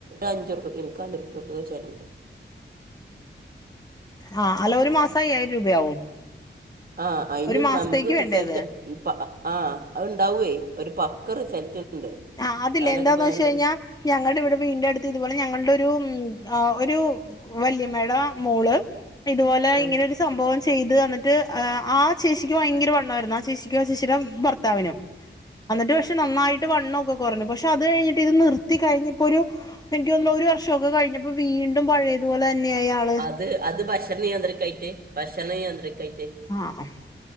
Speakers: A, on the right; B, on the left.
A: അഞ്ച് എക്ക് അച്റുപ്പക്കെ ചലുണ്ട്
B: ആഹ അല്ല ഒരു മാസം അയ്യായിരം രൂപയാവും
A: ആ അതിനന്
B: ഒരു മാസത്തേക്ക്
A: നമുക്ക് റിസൾട്ട്
B: വേണ്ടേ അത്
A: ആ അത്ണ്ടാവേ ഒരു പക്ക റിസൾട്ട് ഉണ്ട്
B: ആഹ അല്ല
A: ഞാനൊക്കെ
B: എന്താന്ന്
A: ഇപ്പൊ
B: വെച്ച്
A: നല്ല
B: കഴിഞ്ഞാ ഞങ്ങളുടെ ഇവിടെ വീ അടുത്ത് ഇതുപോലെ ഞങ്ങളുടെ ഒരു ആ ഒരു വല്യമേട മോള് ഇതുപോലെ
A: ആ,
B: ഇങ്ങനെ സംഭവം ചെയ്ത് എന്നിട്ട് ആ ചേച്ചിക്കും ഭയങ്കര വണ്ണമായിരുന്നു ആ ചേച്ചിക്കും ആ ചേച്ചിയുടെ ഭർത്താവിനും
A: <unintelligible>
B: എന്നിട്ട് പക്ഷെ നന്നായിട്ട് വണ്ണമൊക്കെ കുറഞ്ഞു പക്ഷെ അത് കഴിഞ്ഞിട്ട് ഇത് നിർത്തി കഴിഞ്ഞപ്പോ ഒരു എനക്ക്ൊന്ന ഒരു വർഷമൊക്കെ കഴിഞ്ഞപ്പോ വീണ്ടും പഴയതുപോലെ തന്നെയ ആണ്
A: അത് അത് ഭക്ഷണ നിയന്ത്രിക്കായിട്ട് ഭക്ഷണ നിയന്ത്രിക്കായിട്ട്
B: ആഹ